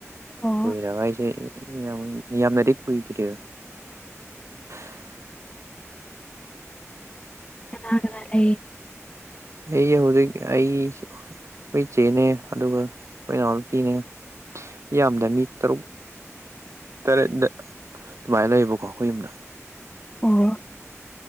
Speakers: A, on the left; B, on the right.
A: ꯑꯣ
B: ꯀꯣꯏꯔꯒ ꯍꯥꯏꯁꯦ ꯌꯥꯝ ꯌꯥꯝ ꯌꯥꯝꯅꯗꯤ ꯀꯏꯇꯔꯤ <unintelligible>
A: ꯀꯅꯥꯒꯅ ꯂꯩ
B: ꯑꯩ ꯍꯧꯖꯤꯛ ꯑꯩ ꯑꯩꯈꯣꯏ ꯏ ꯆꯦꯅꯦ ꯑꯗꯨꯒ ꯀ ꯄꯤꯅꯤꯉ ꯌꯥꯝꯗ꯭ꯔ ꯃꯤ ꯇꯔꯨꯛ ꯇꯔꯦꯠ ꯑꯗꯨꯃꯥꯏꯅ ꯂꯩꯌꯦꯕꯀꯣ ꯑꯩꯈꯣꯏ ꯌꯨꯝꯗ
A: ꯑꯣ